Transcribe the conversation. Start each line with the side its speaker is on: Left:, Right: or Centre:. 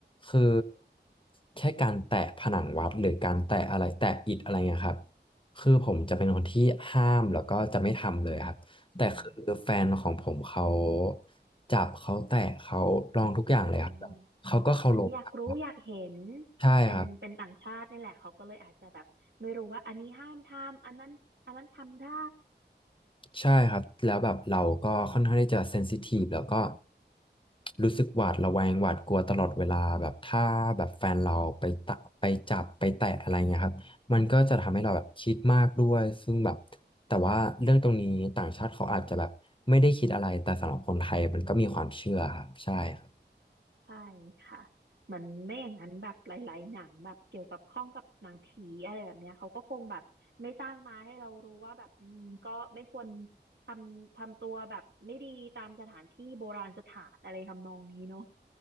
Left: คือแค่การแตะผนังวัดหรือการแตะอะไรแตะอิฐอะไรเงี้ยครับคือผมจะเป็นคนที่ห้ามแล้วก็จะไม่ทำเลยครับแต่คือแฟนของผมเขา
Right: อืม
Left: จับเขาแตะเขาลองทุกอย่างเลยครับ
Right: อ่าเหมันอยากรู้อยากเห็น
Left: เขาก็เคารพครับใช่ครับ
Right: เป็นเป็นต่างชาตินี่แหละเขาก็เลยอาจจะแบบไม่รู้ว่าอันนี้ห้ามทำอันนั้นอันนั้นทำได้
Left: ใช่ครับแล้วแบบเราก็ค่อนข้างที่จะเซนซิทีฟแล้วก็รู้สึกหวาดระแวงหวาดกลัวตลอดเวลาแบบถ้าแบบแฟนเราไปตะไปจับไปแตะอะไรเงี้ยครับมันก็จะทำให้เราแบบคิดมากด้วยซึ่งแบบแต่ว่าเรื่องตรงนี้ต่างชาติเขาอาจจะแบบไม่ได้คิดอะไรแต่สำหรับคนไทยมันก็มีความเชื่อครับใช่ครับ
Right: ใช่ค่ะเหมือนไม่อย่างนั้นแบบหลายๆหนังแบบเกี่ยวกับข้องกับหนังผีอะไรแบบเนี้ยเขาก็คงแบบไม่สร้างมาให้เรารู้ว่าแบบอืมก็ไม่ควรทำทำตัวแบบไม่ดีตามสถานที่โบราณสถานอะไรทำนองนี้เนาะ